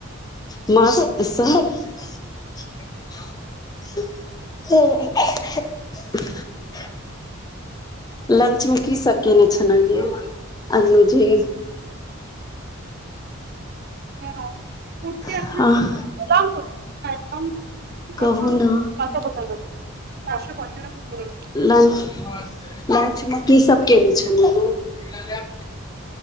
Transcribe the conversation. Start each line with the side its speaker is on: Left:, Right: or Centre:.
Left: माॅं सब <inaudible> <unintelligible> लंच मे की सबकने छलौ यै अनुजी
Right: हँ कि अपने
Left: अह
Right: <unintelligible> रामपुर के छथि हम त
Left: कहू
Right: भेलौं
Left: न
Right: फतहपुर <unintelligible> ह आठ सए पञ्चानबे क <unintelligible>
Left: लंच लंचमे की सब केने छलौ हँ